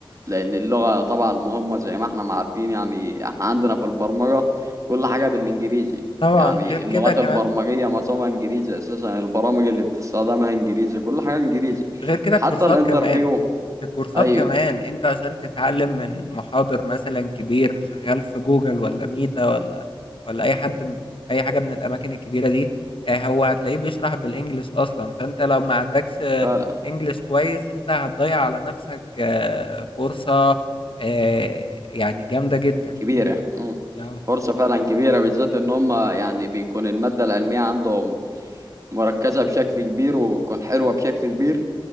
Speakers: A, on the right (about 35°); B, on the left (about 65°).
A: لأن اللغة طبعا مهمة زي ما احنا ما عارفين يعني احنا عندنا في البرمجة كل حاجة بالإنجليزي
B: طبعا
A: يعني
B: غير كده
A: اللغات
B: كمان
A: البرمجية معظمها إنجليزي أساسا البرامج اللي بتستخدمها إنجليزي كل حاجة إنجليزي
B: غير كده
A: وحتى
B: الكورسات
A: الانترفيو
B: كمان الكورسات
A: أيوه
B: كمان انت عشان تتعلم من محاضر مثلا كبير شغال في جوجل ولا ميتا ولا ولا اي حد م- اي حاجه من الاماكن الكبيره دي آه، هو هتلاقيه بيشرح بالانجلش اصلا فانت لو ما عندكش آه،
A: فعلا
B: انجلش كويس انت هتضيع على نفسك آه، فرصه آه، يعني جامده جدا
A: كبيرة مم.
B: اه
A: فرصة فعلا كبيرة بالذات إن هم يعني بيكون المادة العلمية عندهم مركزة بشكل كبير وبتكون حلوة بشكل كبير